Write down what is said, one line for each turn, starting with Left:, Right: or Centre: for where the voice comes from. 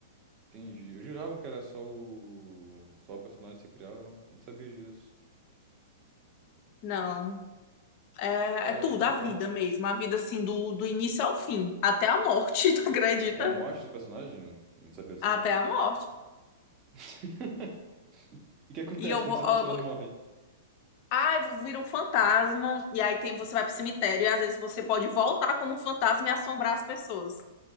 Right: entendi. Eu jurava que era só o, só o personagem que você criava. Não sabia disso.
Left: Não, É,
Right: Caraca,
Left: é tudo,
Right: que
Left: a
Right: legal.
Left: vida mesmo. A vida, assim, do, do início ao fim. Até a morte, <laughs> tu acredita?
Right: Até a morte do personagem? Não sabia disso, não.
Left: Até a morte.
Right: <laughs> E o que acontece
Left: E eu
Right: quando
Left: vou,
Right: seu
Left: ó,
Right: personagem
Left: eu vou...
Right: morre?
Left: Ai, vou vir um fantasma. E aí tem, você vai pro cemitério e às vezes você pode voltar como fantasma e assombrar as pessoas.